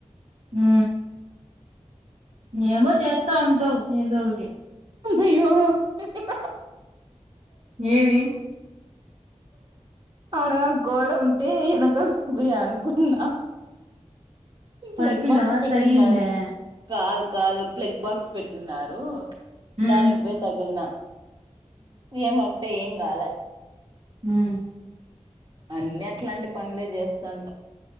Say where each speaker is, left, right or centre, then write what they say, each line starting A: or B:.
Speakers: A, on the right; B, on the right.
A: అ ఏమో చేస్తా ఉంటావు ఏదో ఒకటి
B: ఉ భో
A: ఏవి
B: ఆడా గోడ ఉంటే భ అనుకున్నా ప్లెగ్
A: పడిపోయినావా
B: బాక్స్ పెట్టిన్నారు
A: తగిలిందా
B: కాదు కాదు ప్లెగ్ బాక్స్ పెట్టిన్నారు
A: ఉమ్
B: దానిగ బేత్గిల్నా ఏ ఏమంటే ఏం నాల
A: హ
B: అన్ని అట్లాంటి పనులే చేస్తాంటాం